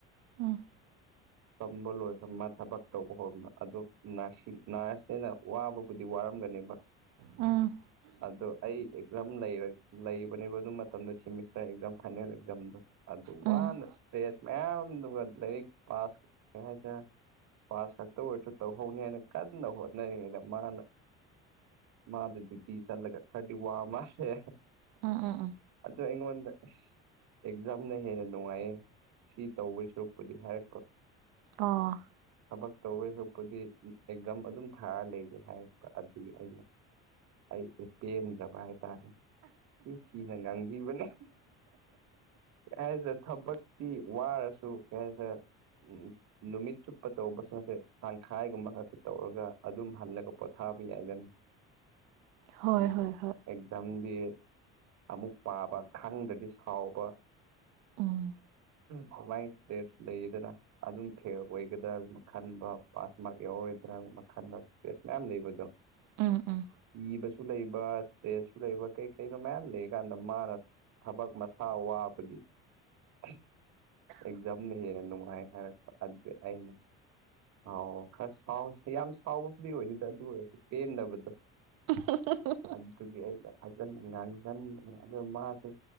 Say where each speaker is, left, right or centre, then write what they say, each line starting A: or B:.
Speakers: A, on the right; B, on the right.
A: ꯎꯝ꯫
B: <inaudible> ꯇꯝꯕ ꯂꯣꯏꯈ꯭ꯔꯕ ꯃ ꯊꯕꯛ ꯇꯧꯕ ꯍꯧꯕ ꯑꯗꯣ ꯅꯔꯁꯤꯡ ꯅꯔꯁꯅꯦꯅ ꯋꯥꯕꯕꯨꯗꯤ ꯋꯥꯔꯝꯒꯅꯦꯕ꯫
A: ꯎꯝ
B: ꯑꯗꯣ ꯑꯩ ꯑꯦꯛꯖꯥꯝ ꯂꯩꯕꯅꯦꯕ ꯑꯗꯨꯝ ꯃꯇꯝꯗ ꯁꯤꯃꯤꯁꯇꯔ ꯑꯦꯛꯖꯥꯝ ꯐꯥꯏꯅꯦꯜ ꯑꯦꯛꯖꯥꯝꯗꯣ ꯑꯗꯨ
A: ꯎꯝ
B: ꯋꯥꯅ ꯏꯁꯇꯦꯖ ꯃꯌꯥꯝꯗꯨ ꯂꯥꯏꯔꯤꯛ ꯄꯥꯁ ꯍꯥꯏꯁꯔ ꯄꯥꯁ ꯈꯛꯇꯑꫭꯏꫪꯁꯨ ꯇꯧꯍꯧꯅꯤ ꯍꯥꯏꯅ ꯀꯟꯅ ꯍꯣꯠꯅꯔꯤꯉꯩꯗ ꯃꯥꯅ ꯃꯥꯗ ꯗꯨꯌꯨꯇꯤ ꯆꯠꯂꯒ ꯈꯔꯗꯤ ꯋꯥ ꯃꯥꯜꯂꯦ
A: ꯎꯝ ꯎꯝ ꯎꯝ
B: ꯑꯗꯣ ꯑꯩꯉꯣꯟꯗ ꯑꯦꯛꯖꯥꯝꯅ ꯍꯦꯟꯅ ꯅꯨꯡꯉꯥꯏꯌꯦ꯫ ꯁꯤ ꯇꯧꯋꯦ ꯁꯔꯨꯛꯄꯨꯗꯤ ꯍꯥꯏꯔꯛꯄ꯫
A: ꯑꯣ
B: ꯊꯕꯛ ꯇꯧꯋꯦꯁꯔꯨꯛꯄꯨꯗꯤ ꯑꯦꯛꯖꯥꯝ ꯑꯗꯨꯝ ꯊꯥꯔ ꯂꯩꯒꯦ ꯍꯥꯏꯔꯛꯄ ꯑꯗꯨꯒꯤ ꯑꯩꯅ ꯑꯩꯖꯦ ꯄꯦꯟꯗ꯭ꯔꯕ ꯍꯥꯏꯇꯥꯔꯦ꯫ ꯆꯤ ꯊꯤꯅ ꯉꯥꯡꯕꯤꯕꯅ ꯑꯦ ꯊꯕꯛ ꯇꯤ ꯋꯥꯔꯁꯨ ꯀꯩ ꯍꯥꯏꯁꯥꫪ ꯎꯝ ꯅꯨꯃꯤꯠ ꯆꯨꯞꯄ ꯇꯧꯕꯁꯨ ꯅꯠꯇꯦ ꯇꯪꯈꯥꯏꯒꯨꯝꯕ ꯈꯛꯇ ꯇꯧꯔꯒ ꯑꯗꯨꯝ ꯍꯜꯂꯒ ꯄꯣꯊꯥꯕ ꯌꯥꯏꯗꯅ <inaudible>
A: ꯍꯣꯏ
B: ꯑꯗꯨ
A: ꯍꯣꯏ ꯍꯣꯏ
B: ꯑꯦꯛꯖꯥꯝꯗꯤ ꯑꯃꯨꯛ ꯄꯥꯕ ꯈꯪꯗ꯭ꯔꯗꯤ ꯁꯥꯎꯕ
A: ꯎꯝ
B: ꯗꯨꯃꯥꯏ ꯏꯁꯇ꯭ꯔꯦꯁ ꯂꯩꯌꯦꯗꯅ ꯑꯗꯨꯝ ꯐꯦꯜ ꯑꯣꯏꯒꯗ꯭ꯔꯥꯒꯨꯝꯕ ꯈꯟꯕ ꯄꯥꯁ ꯃꯥꯔꯛ ꯌꯥꯎꯔꯔꯣꯏꯗ꯭ꯔꯥꯒꯨꯝꯕ ꯈꯟꯕ ꯏꯁꯇ꯭ꯔꯦꯁ ꯃꯌꯥꯝ ꯂꯩꯕꯗꯣ <inaudible>
A: ꯎꯝ ꯎꯝ
B: ꯀꯤꯕꯁꯨ ꯂꯩꯕ ꯏꯁꯇ꯭ꯔꯦꯁꯁꯨ ꯂꯩꯕ ꯀꯩ ꯀꯩꯅꯣ ꯃꯌꯥꯝ ꯂꯩ ꯀꯥꯟꯗ ꯃꯥꯅ ꯊꯕꯛ ꯃꯁꯥ ꯋꯥꯕꯒꯤ꯫ ꯑꯁ ꯑꯦꯛꯖꯥꯝ ꯂꯩꯔꯅꯅꯨꯡꯉꯥꯏ ꯍꯥꯏꯔꯛꯄ ꯑꯗꯨꯢ ꯑꯩꯅ ꯑꯥꯎ ꯈꯔ ꯁꯥꯎꯁ ꯌꯥꯝ ꯁꯥꯎꯕꯕꯨꯗꯤ ꯑꯣꯏꯗꯨꯗ ꯑꯗꯨ ꯑꯣꯏꯔꯁꯨ ꯄꯦꯟꯗꯕꯗꯣ
A: ꯍ <unintelligible>
B: ꯑꯗꯨꯒꯤ ꯑꯩꯅ ꯐꯖꯅ ꯉꯥꯡꯁꯤꯟꯕꯅꯤ ꯑꯗꯨ ꯃꯥꯁꯨ